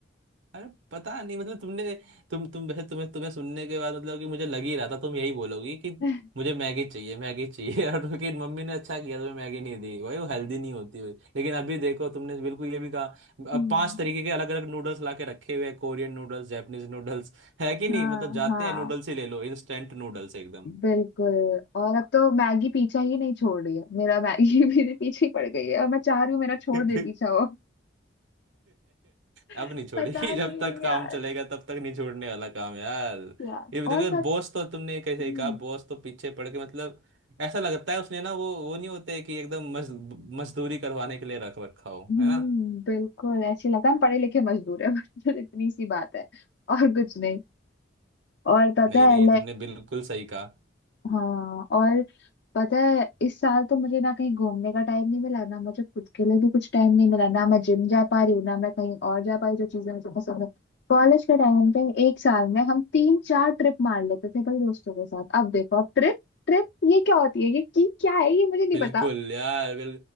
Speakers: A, on the right; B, on the left.
A: अरे पता नहीं मतलब तुमने तुम तुम वैसे तुम्हें तुम्हें सुनने के बाद मतलब कि मुझे लग ही रहा था तुम यही बोलोगी कि
B: <laughs>
A: मुझे मैगी चाहिए मैगी चाहिए <laughs> और क्योंकि मम्मी ने अच्छा किया तुम्हें मैगी नहीं दी भाई वो हेल्दी नहीं होती हुई लेकिन अभी देखो तुमने बिल्कुल ये भी कहा
B: हम्म
A: अब पांच तरीके के अलग अलग नूडल्स ला के रखे हुए हैं कोरियन नूडल्स जापानीज नूडल्स है कि नहीं
B: हाँ
A: मतलब जाते
B: हाँ
A: हैं नूडल्स ही ले लो इंस्टेंट नूडल्स एकदम
B: बिल्कुल और अब तो मैगी पीछा ही नहीं छोड़ रही है मेरा मैगी <laughs> भी पीछे ही पड़ गई है और मैं चाह रही हूँ मेरा छोड़
A: अब
B: दे पीछा वो <laughs>
A: नहीं छोड़ेगी
B: पता नहीं
A: जब तक काम
B: यार
A: चलेगा तब तक नहीं छोड़ने वाला काम यार
B: यार
A: ये भी देखो
B: और पत
A: बॉस तो तुमने कैसे
B: हम्म
A: ही कहा बॉस तो पीछे पड़ के मतलब ऐसा लगता है उसने ना वो वो नहीं होते कि एकदम मज, मजदूरी करवाने के लिए रख रखा हो
B: हम्म,
A: है ना
B: बिल्कुल ऐसे लगता है हम पढ़े लिखे मजदूर है <laughs> बस इतनी सी बात है और कुछ नहीं और पता
A: नहीं
B: है
A: नहीं ये तुमने बिल्कुल सही कहा
B: हाँ और पता है इस साल तो मुझे ना कहीं घूमने का टाइम नहीं मिला ना मुझे खुद के लिए भी कुछ टाइम नहीं मिला ना मैं जिम जा पा रही हूँ ना मैं कहीं और जा पा रही हूँ जो चीजें मुझे पसंद है कॉलेज के टाइम पे एक साल में हम तीन चार ट्रिप मार लेते थे भाई दोस्तों के साथ अब देखो अब ट्रिप ट्रिप ये क्या होती है ये की क्या है ये मुझे नहीं
A: बिल्कुल
B: पता
A: यार बिल,